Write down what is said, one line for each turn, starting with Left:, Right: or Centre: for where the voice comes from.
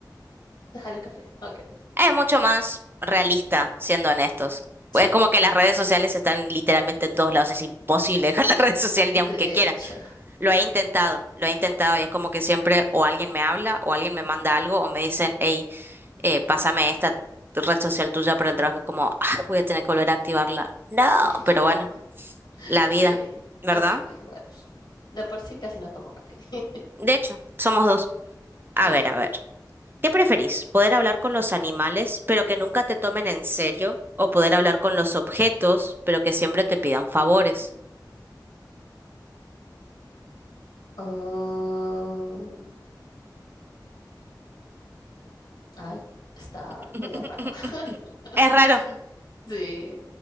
Left: Dejar el café. Ok.
Right: Es mucho más realista, siendo honestos.
Left: Sí,
Right: Pues es como que las redes sociales están literalmente en todos lados. Es imposible dejar <laughs> las redes sociales
Left: de
Right: ni aunque quiera.
Left: hecho.
Right: Lo he intentado, lo he intentado y es como que siempre o alguien me habla o alguien me manda algo o me dicen, hey, eh, pásame esta red social tuya para el trabajo. Es como, "Ah, voy a tener que volver a activarla. No,
Left: <laughs>
Right: pero bueno, la
Left: Sí,
Right: vida, ¿verdad?
Left: opino igual. De por sí casi no tomo café. <laughs>
Right: De hecho, somos dos. A
Left: Ay.
Right: ver, a ver. ¿Qué preferís? ¿Poder hablar con los animales, pero que nunca te tomen en serio? ¿O poder hablar con los objetos, pero que siempre te pidan favores?
Left: Ah, Ay, está
Right: <laughs>
Left: medio raro. <laughs>
Right: Es raro.
Left: Sí,